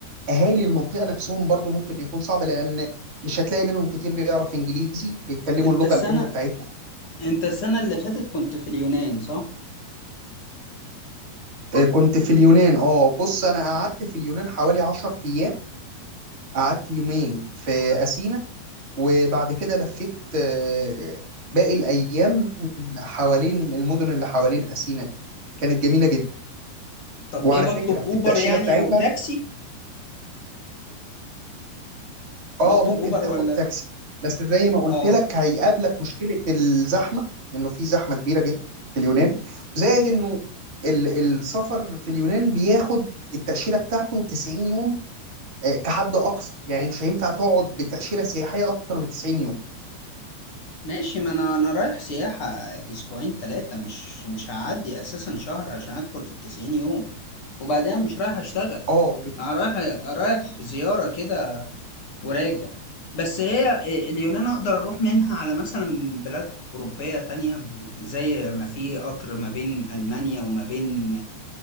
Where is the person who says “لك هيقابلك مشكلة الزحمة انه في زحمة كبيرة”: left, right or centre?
Right